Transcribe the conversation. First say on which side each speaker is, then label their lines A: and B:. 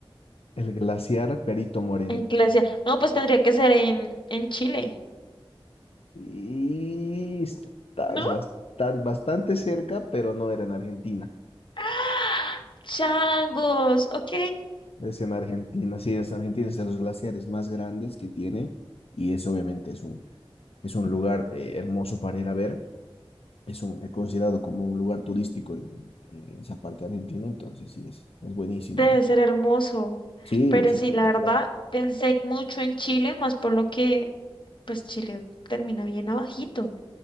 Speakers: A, on the left; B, on the left.
A: El glaciar Perito Moreno.
B: En Glacia. No, pues tendría que ser en, en Chile,
A: Y estás
B: ¿no?
A: bastante, bastante cerca, pero no era en Argentina.
B: ¡Ah! Changos, ok.
A: Es en Argentina, sí, es en Argentina, es de los glaciares más grandes que tiene y es obviamente es un, es un lugar eh, hermoso para ir a ver. Es, un, es considerado como un lugar turístico en, en esa parte de Argentina, entonces sí, es, es buenísimo,
B: Debe
A: ¿no?
B: ser hermoso.
A: Sí,
B: Pero
A: es
B: sí,
A: espectacular.
B: la verdad, pensé mucho en Chile, más por lo que, pues Chile termina bien abajito.